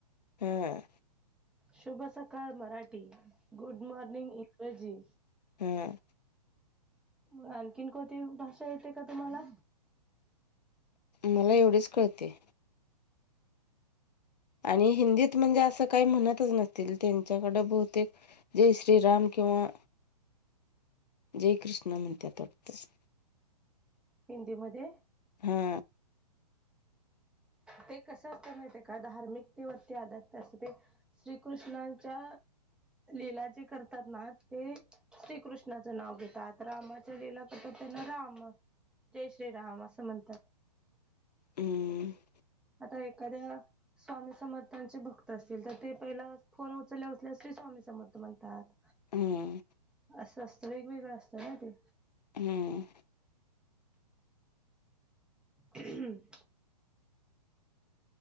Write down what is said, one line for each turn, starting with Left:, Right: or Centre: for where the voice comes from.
Left: हा
Centre: शुभ सकाळ मराठी गुड मॉर्निंग इंग्रजी
Left: हम
Centre: मग आणखीन कोती भाषा येते का तुम्हाला
Left: मला एवढेच कळते आणि हिंदीत म्हणजे असं काही म्हणतच नसतील त्यांच्याकडं बहुतेक जय श्रीराम किंवा जय कृष्ण म्हणतत वाटतच
Centre: हिंदीमध्येध्ये
Left: हा
Centre: ते कसं असता माह का धार्मिक ते व ते आधातसं ते श्रीकृष्णच्या िला जे करतात ना ते श्रीकृष्णाचं नाव घेतात रामाच्या लिहिला करतात त्यांना राम जय श्री राम असं म्हणतात
Left: ह
Centre: आता एखाद्या स्वामी समर्थांचे भक्त असतील तर ते पहिला फोन उचलले असल्यास स्वामी समर्थ म्हणतात
Left: हम्म
Centre: असं असत वेगवेगळं असतं ना ते
Left: हम्म
Centre: हम्म